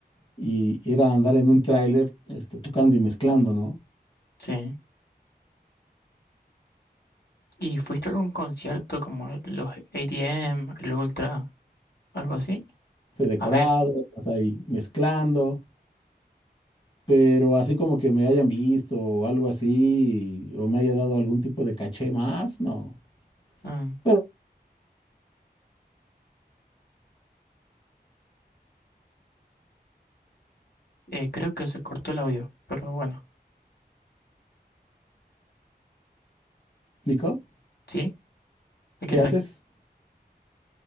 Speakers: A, on the left (about 30°); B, on the left (about 75°).
A: y era andar en un tráiler este, tocando y mezclando, ¿no?
B: Sí. ¿Y fuiste a algún concierto como el- los ATM, el Ultra, algo así?
A: Este, decorado,
B: A ver,
A: o sea, y mezclando, pero así como que me hayan visto o algo así, o me haya dado algún tipo de caché más, no.
B: mm,
A: Pero,
B: eh, creo que se cortó el audio, pero bueno,
A: Nico.
B: sí, aquí
A: ¿Qué
B: estoy.
A: haces?